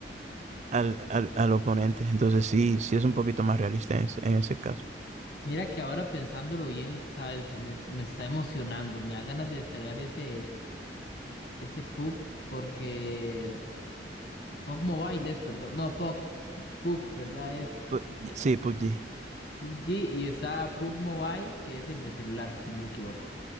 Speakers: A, on the right; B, on the left.
A: al, al, al oponente, entonces sí, sí es un poquito más realista en, ese- en ese caso.
B: Mira que ahora pensándolo bien, sabes, me, me está emocionando, me da ganas de descargar ese, ese PUC porque PUC Mobile es, perdón, no, PUC, PUC, ¿verdad? Es
A: Pu-
B: eh,
A: sí, PUBG.
B: PUBG y está PUC Mobile que es el de celular, si no me equivoco.